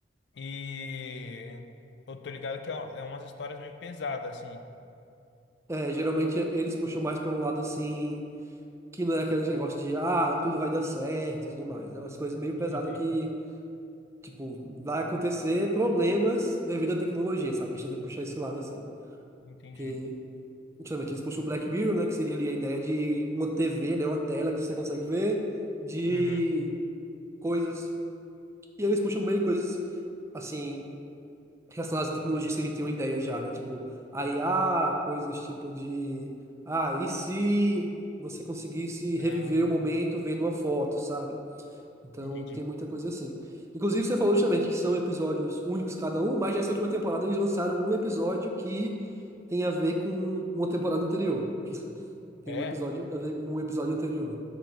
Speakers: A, on the left; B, on the right.
A: E eu tô ligado que é é umas histórias meio pesadas, assim.
B: É, geralmente eles puxam mais pra um lado assim, que não é aquele negócio de, ah, tudo vai dar certo e tudo mais. É umas coisas meio pesadas
A: Entendi.
B: que, tipo, vai acontecer problemas devido à tecnologia, sabe? A gente tenta puxar esse lado assim.
A: Entendi.
B: Que, justamente, eles puxam o Black Mirror, né? Que seria ali a ideia de uma TV, né? Uma tela que você consegue ver de
A: Uhum.
B: coisas. E eles puxam meio coisas assim relacionadas a tecnologias que a gente tem uma ideia já, né? Tipo, a IA, coisas tipo de, ah, e se você conseguisse reviver
A: Ah,
B: o momento vendo uma foto, sabe? Então,
A: entendi.
B: tem muita coisa assim. Inclusive, você falou justamente que são episódios únicos cada um, mas nessa última temporada eles lançaram um episódio que tem a ver com uma temporada anterior. Tem
A: É,
B: um episódio a ver com o episódio anterior.